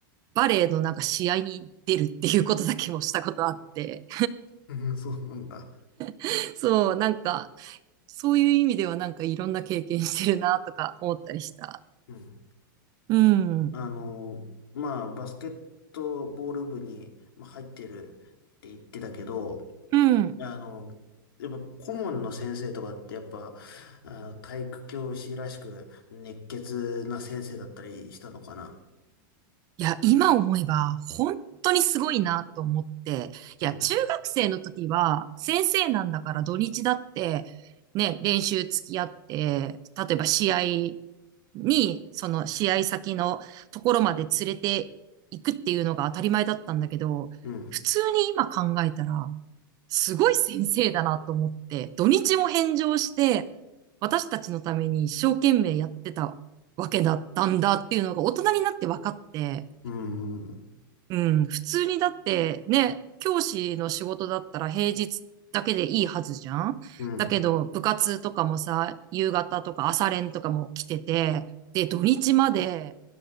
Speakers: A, on the right; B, on the left.
A: バレーのなんか試合に出るっていうことだけもしたことあって、
B: うんそうなんだ。
A: <laughs> そう、なんか、そういう意味ではなんかいろんな経験してるなとか思ったりした。
B: うん。
A: うん。
B: あの、まあ、バスケットボール部にまあ入ってるって言ってたけど、
A: うん。
B: あの、やっぱ顧問の先生とかってやっぱ、あ、体育教師らしく熱血な先生だったりしたのかな。
A: いや、今思えば本当にすごいなと思って。
B: うん、
A: いや、中学生の時は先生なんだから土日だってね、練習付き合って、例えば試合に、その試合先のところまで連れて行くっていうのが当たり前だったんだけど、
B: うん、
A: 普通に今考えたら、すごい先生だなと思って、土日も返上して、私たちのために一生懸命やってたわけだったんだっていうのが大人になって分かって、
B: うん、
A: うん、普通にだってね、教師の仕事だったら平日だけでいいはずじゃんだけど部活とかもさ、
B: うん、
A: 夕方とか朝練とかも来てて、で、土日まで